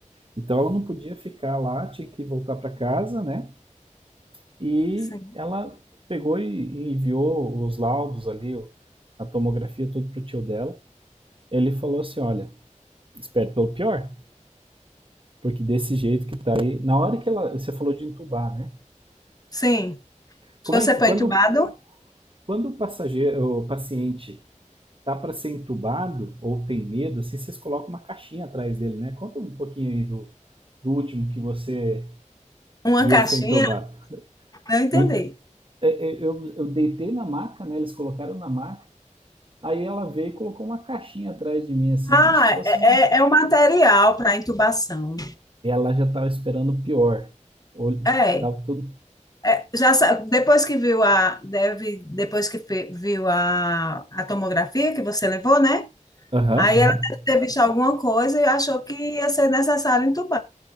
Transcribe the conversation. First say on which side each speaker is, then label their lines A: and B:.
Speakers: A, on the right; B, on the left.
A: Então ela não podia ficar lá, tinha que voltar para casa, né? E
B: Sim.
A: ela pegou e e enviou os laudos ali, o- a tomografia, tudo pro tio dela. Ele falou assim: olha, espere pelo pior, porque desse jeito que tá aí. Na hora que ela. Você falou de entubar, né?
B: Sim.
A: Como
B: Você
A: é, que-
B: foi
A: quando,
B: entubado?
A: quando o passageiro, o paciente tá para ser entubado ou tem medo, assim, vocês colocam uma caixinha atrás dele, né? Conta um pouquinho aí do, do último que você
B: Uma
A: viu
B: caixinha?
A: ser entubado.
B: Não entendi.
A: No- é- é- Eu, eu deitei na maca, né? Eles colocaram na maca. Aí ela veio e colocou uma caixinha atrás de mim, assim,
B: Ah,
A: como se fosse
B: é,
A: uma.
B: é é o material para intubação.
A: Ela já tava esperando o pior. Olho-
B: É.
A: Tava tudo.
B: É, já sa- depois que viu a deve depois que fe- viu a, a tomografia que você levou, né?
A: Aham,
B: Aí
A: uhum, aham.
B: ela
A: Uhum.
B: deve ter visto alguma coisa e achou que ia ser necessário entubar.